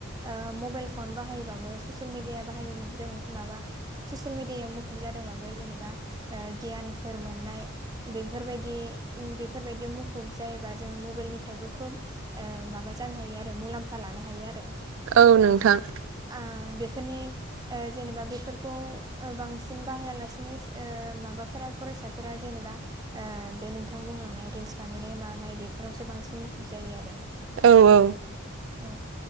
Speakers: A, on the right; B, on the right.
A: ओ मबाइल फन बाहायबाबो ससियेल मिडिया बाहायदों माबा ससियेल मिडियायाव खुब जादोंबाबो जेनेबा गियानफोर मोननाय बेफोरबायदि बेफोरबायदियाव मुखुब जायोबा जों मबाइलनिफ्रायबो खुब माबा जानो हायो आरो मुलाम्फा लानो हायो आरो।
B: औ नोंथां।
A: आ बेफोरनि ओ जेनेबा बेफोरखौ बांसिन बाहायालासेनो ओ माबाफोरा फरायसाफोरा जेनेबा ओ बे नोंथां बुंलां रिल्स बानायनाय मानाय बेफोरावसो बांसिन मुखुब जायो आरो।
B: औ औ।
A: औ।